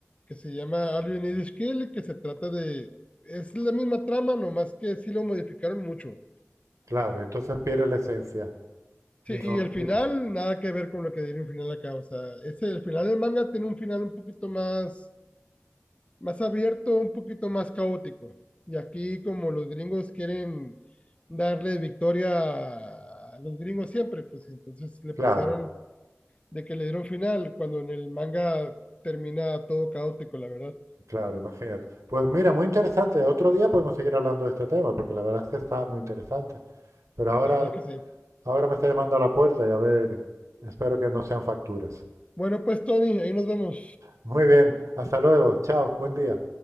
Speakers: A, on the left (about 25°); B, on the right (about 80°).
A: que se llama All You Need Is Kill, que se trata de... Es la misma trama, nomás que sí lo modificaron mucho
B: Claro, entonces pierde la esencia.
A: Sí,
B: Y no,
A: y el final,
B: y-
A: nada que ver con lo que diría un final acá. O sea, ese, el final del manga tiene un final un poquito más, más abierto, un poquito más caótico. Y aquí, como los gringos quieren darle victoria a los gringos siempre, pues entonces le
B: claro,
A: pusieron de que le dieron final, cuando en el manga termina todo caótico, la verdad.
B: claro, imagínate. Pues mira, muy interesante. Otro día podemos seguir hablando de este tema, porque la verdad es que está muy interesante. Pero ahora,
A: La verdad es que sí.
B: ahora me está llamando a la puerta y a ver, espero que no sean facturas.
A: Bueno, pues Tony, ahí nos vemos.
B: Muy bien, hasta luego, chao, buen día.